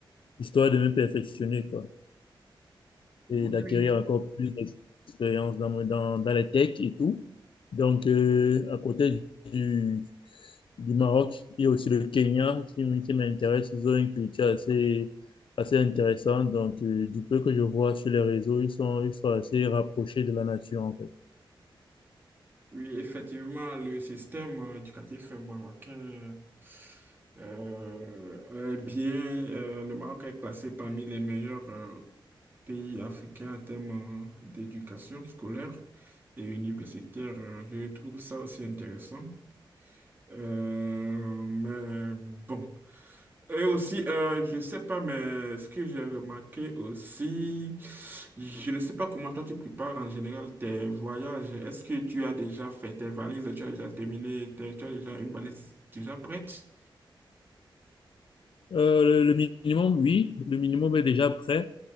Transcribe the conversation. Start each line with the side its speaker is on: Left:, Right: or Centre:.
Left: histoire de me perfectionner, quoi,
Right: Oui,
Left: et d'acquérir
Right: oui,
Left: encore plus d'expérience dans, mon- dans, dans les techs et tout. Donc, euh, à côté du, du Maroc il y a aussi le Kenya qui, m- qui m'intéresse. Ils ont une culture assez, assez intéressante. Donc, euh, du peu que je vois sur les réseaux, ils sont, ils sont assez rapprochés de la nature, en fait.
Right: oui, effectivement, le système euh, éducatif marocain euh, euh, est bien. euh, le Maroc est classé parmi les meilleurs euh, pays africains en termes euh, d'éducation scolaire et universitaire. Euh, Je trouve ça aussi intéressant. Euh, mais bon, Et aussi, euh, je ne sais pas, mais ce que j'ai remarqué aussi, je ne sais pas comment toi tu prépares en général tes voyages. Est-ce que tu as déjà fait tes valises, tu as déjà terminé, tes- tu as déjà une valise déjà prête?
Left: Euh, le, le minimum, oui, le minimum est déjà prêt.